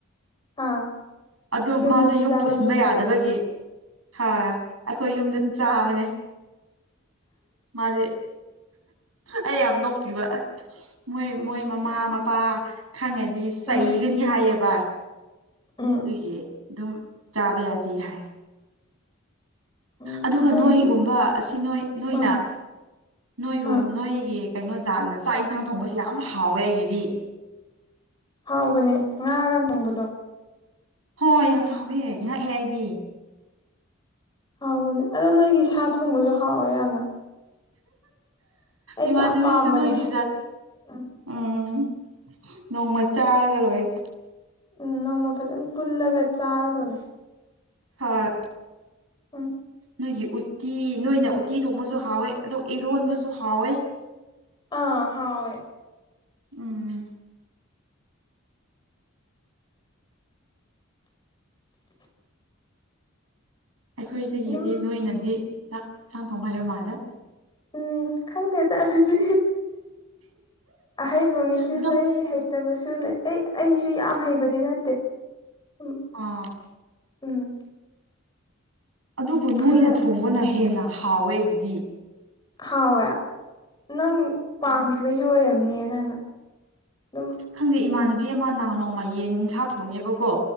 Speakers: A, on the left; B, on the right.
A: ꯑꯥ
B: ꯑꯗꯨ
A: ꯌꯨꯝꯗꯗꯤ
B: ꯃꯥꯁꯦ ꯌꯨꯝ
A: ꯆꯥꯔꯣꯏꯗ꯭ꯔꯤꯅꯦꯕ
B: ꯄꯨꯁꯤꯟꯕ ꯌꯥꯗꯕꯒꯤ
A: ꯃꯥ
B: ꯍꯥ ꯑꯩꯈꯣꯏ ꯌꯨꯝꯗ ꯗꯨꯝ ꯆꯥꯕꯅꯦ ꯃꯥꯗꯤ ꯑꯩ ꯌꯥꯝ ꯅꯣꯛꯄꯤꯕ ꯃꯣꯏ ꯃꯣꯏ ꯃꯃꯥ ꯃꯄꯥ ꯈꯪꯉꯗꯤ ꯆꯩꯒꯅꯤ
A: ꯑꯥ
B: ꯍꯥꯏꯌꯦꯕ
A: ꯎꯝ
B: ꯑꯗꯨꯏꯒꯤ ꯑꯗꯨꯝ ꯆꯥꯕ ꯌꯥ ꯄꯤ ꯍꯥꯏ
A: ꯎꯝ
B: ꯑꯗꯨꯒ
A: ꯑꯩꯈꯣꯏꯒꯤ
B: ꯅꯣꯏꯒꯨꯝꯕ ꯑꯁꯤ ꯅꯣꯏ ꯅꯣꯏꯅ
A: ꯑꯥ
B: ꯅꯣꯏꯒꯨꯝ
A: ꯑꯥ
B: ꯅꯣꯏꯒꯤ ꯀꯩꯅꯣ ꯖꯥꯠꯅ ꯆꯥꯛ ꯌꯦꯟꯁꯥꯡ ꯊꯣꯡꯕꯁꯦ ꯌꯥꯝ ꯍꯥꯎꯋꯦ ꯑꯩꯒꯤꯗꯤ
A: ꯍꯥꯎꯕꯅꯦ ꯉꯥꯒ ꯊꯣꯡꯕꯗꯣ
B: ꯍꯣꯏ ꯌꯥꯝ ꯍꯥꯎꯋꯦ ꯉꯛꯑꯦ ꯑꯩꯗꯤ
A: ꯍꯥꯎꯕꯅꯤ ꯑꯗꯣ ꯅꯣꯏꯒꯤ ꯁꯥ ꯊꯣꯡꯕꯁꯨ ꯍꯥꯎꯋꯦ ꯌꯥꯝꯅ ꯑꯩꯗꯤ
B: ꯏꯃꯥꯟꯅꯕꯤꯁꯨ
A: ꯌꯥꯝ ꯄꯥꯝꯕꯅꯦ
B: ꯅꯣꯏꯒꯤꯖꯥꯠ
A: ꯎꯝ
B: ꯎꯝ ꯅꯣꯡꯃ ꯆꯥꯔꯒ ꯂꯣꯏꯔꯦ
A: ꯎꯝ ꯅꯣꯡꯃ ꯐꯖꯅ ꯄꯨꯜꯂꯒ ꯆꯥꯔꯗꯣꯏꯅꯦ
B: ꯍꯣꯏ
A: ꯎꯝ
B: ꯅꯣꯏꯒꯤ ꯎꯠꯇꯤ ꯅꯣꯏꯅ ꯎꯇꯤ ꯊꯣꯡꯃꯁꯨ ꯍꯥꯎꯋꯦ ꯑꯗꯣ ꯏꯔꯣꯟꯕꯁꯨ ꯍꯥꯎꯋꯦ
A: ꯑꯥ ꯍꯥꯎꯏ
B: ꯎꯝ ꯑꯩꯈꯣꯏꯗꯒꯤꯗꯤ
A: ꯑꯗꯨꯝ
B: ꯅꯣꯏꯅꯗꯤ ꯆꯥꯛ ꯍꯛꯁꯥꯡ ꯐꯣꯡꯕ ꯍꯥꯏꯕ ꯃꯥꯜꯂꯦ
A: ꯎꯝ ꯈꯪꯗꯦ ꯇ ꯑꯗꯨꯗꯤ ꯑꯍꯩꯕ ꯃꯤꯁꯨ
B: ꯑꯗꯨꯝ
A: ꯂꯩ ꯍꯩꯇꯕꯁꯨ ꯂꯩ ꯑꯩ ꯑꯩꯁꯨ ꯌꯥꯝ ꯍꯩꯕꯗꯤ ꯅꯠꯇꯦ ꯎꯝ
B: ꯑꯥ
A: ꯎꯝ
B: ꯑꯗꯨꯕꯨ ꯅꯣꯏꯅ
A: ꯈꯔ
B: ꯊꯣꯡꯕꯅ ꯍꯦꯟꯅ ꯍꯥꯎꯋꯦꯒꯤꯗꯤ
A: ꯍꯥꯎꯋꯦ ꯅꯪ ꯄꯥꯝꯈꯤꯕꯩꯁꯨ ꯑꯣꯏꯔꯝꯅꯦ ꯅꯪꯅꯝ
B: ꯈꯪꯗꯦ ꯏꯃꯥꯟꯅꯕꯤ ꯑꯃ ꯅꯅꯥꯎ ꯅꯣꯡꯃ ꯌꯦꯟ ꯏꯟꯁꯥ ꯊꯣꯡꯉꯦꯕꯀꯣ